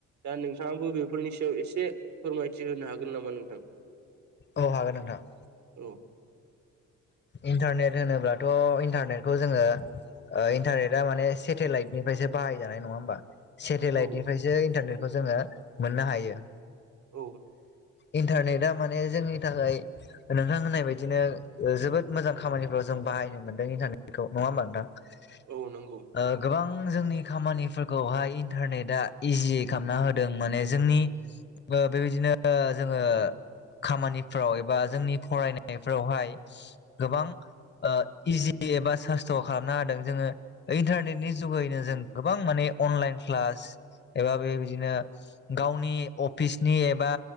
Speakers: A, on the right (about 65°); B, on the left (about 35°).
A: दा नोंथाङाबो बेफोरनि सायाव एसे फोरमायथि होनो हागोन नामा नोंथां।
B: औ हागोन नोंथां।
A: औ।
B: इन्टारनेट होनोब्लाथ' इन्टारनेटखौ जोङो ओ इन्टारनेटा माने सेटेलाइटनिफ्रायसो बाहायजानाय नङा होमबा सेटेलाइटनिफ्रायसो
A: औ
B: इन्टारनेटखौ जोङो मोननो हायो।
A: औ।
B: इन्टारनेटा माने जोंनि थाखाय नोंथां होननाय बायदिनो जोबोद मोजां खामानिफ्राव जों बाहायनो मोन्दों इन्टारनेटखौ नङा होमबा नोंथां। <unintelligible>
A: औ नंगौ।
B: ओ गोबां जोंनि खामानिफोरखौहाय इन्टारनेटआ इजि खालामना होदों माने जोंनि ओ बेबायदिनो ओ जोङो खामानिफ्राव एबा जोंनि फरायनायफ्रावहाय गोबां ओ इजि एबा सासथ' खालामना होदों जोङो इन्टारनेटनि जुगैनो जों गोबां माने अनलाइन क्लास एबा बेबायदिनो गावनि अफिसनि एबा